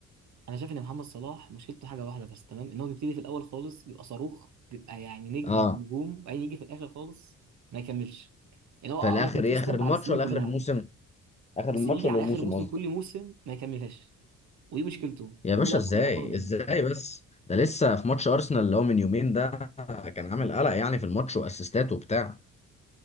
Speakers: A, on the right (about 65°); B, on the left (about 20°).
A: انا شايف ان محمد صلاح مشكلته حاجه واحده بس تمام ان هو بيبتدي في الاول خالص بيبقى صاروخ بيبقى يعني نجم
B: اه
A: نجوم وبعدين يجي في الاخر خالص ما يكملش يعني هو
B: في
A: هو
B: الاخر
A: كونسيستنت
B: ايه اخر الماتش
A: على السنين
B: ولا
A: كلها
B: اخر الموسم اخر
A: بس
B: الماتش
A: بيجي
B: ولا
A: على
B: الموسم
A: اخر موسم
B: قصدك
A: كل موسم ما يكملهاش ودي مشكلته
B: يا
A: وده
B: باشا
A: اللي اصلا
B: ازاي
A: بيأخره دايما
B: ازاي بس ده لسه في ماتش ارسنال اللي هو من يومين ده كان عامل قلق يعني في الماتش واسيستات وبتاع